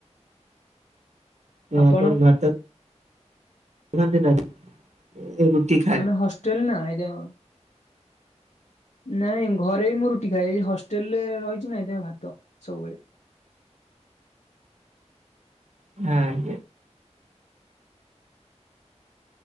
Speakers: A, on the right (about 75°); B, on the left (about 75°).
A: <unintelligible>
B: ଆପଣ
A: <unintelligible> ରୁଟି। ଖାଏ।
B: ହଷ୍ଟେଲ ନା ଏଇଠି ଆମ ନାଇଁ ଘରେ ବି ମୁଁ ରୁଟି ଖାଏ ଏଇ ହଷ୍ଟେଲରେ ରହିଛି ନା ଏଇଥି ପାଇଁ ଭାତ ସବୁବେଳେ।
A: <unintelligible>